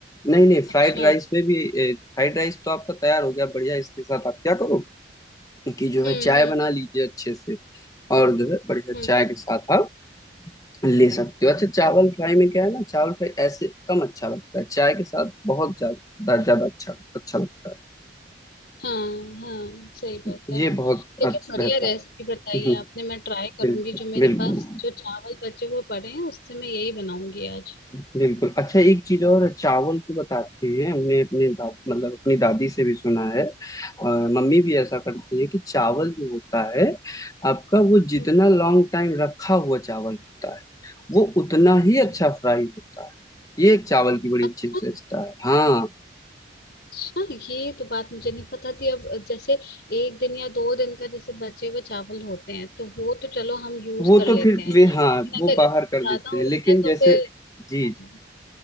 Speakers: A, on the left (about 20°); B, on the left (about 55°).
A: नहीं नहीं
B: अच्छा
A: फ्राइड राइस में भी फ्राइड राइस तो आपका तैयार हो गया बढ़िया इसके साथ आप क्या करो कि जो
B: हम्म
A: है चाय
B: हम्म
A: बना लीजिए अच्छे से और जो है बढ़िया
B: हम्म
A: चाय के साथ आप ले सकते हो अच्छा चावल फ्राई में क्या है ना चावल फ्राई ऐसे कम अच्छा लगता है चाय के साथ बहुत ज्यादा ज्यादा अच्छा अच्छा लगता
B: हाँ हाँ सही बात
A: है
B: है
A: ये
B: लेकिन
A: बहुत अच्छा
B: बढ़िया
A: रहता
B: रेसिपी
A: है
B: बताई
A: <laughs>
B: है आपने मैं ट्राई करूंगी
A: बिल्कुल
B: जो मेरे
A: बिल्कुल
B: पास जो चावल बचे हुए पड़े हैं उससे मैं यही बनाऊंगी आज
A: बिल्कुल अच्छा एक चीज और चावल को बताते हैं हमने अपने दा, मतलब अपनी दादी से भी सुना है और मम्मी भी ऐसा करती है कि चावल जो होता है आपका वो जितना
B: हम्म,
A: लॉन्ग टाइम रखा हुआ चावल होता है वो उतना ही अच्छा
B: हम्म।
A: फ्राई होता है ये एक चावल की बड़ी
B: अच्छा
A: अच्छी विशेषता है हाँ
B: अच्छा ये तो बात मुझे नहीं पता थी अब जैसे एक दिन या दो दिन का जैसे बचे हुए चावल होते हैं तो वो तो चलो हम यूज
A: वो
B: कर लेते
A: तो फिर
B: हैं
A: वे
B: लेकिन
A: हाँ वो
B: अगर
A: बाहर
B: इससे
A: कर
B: ज्यादा
A: देते हैं
B: होता
A: लेकिन
B: है तो
A: जैसे
B: फिर
A: जी
B: हाँ,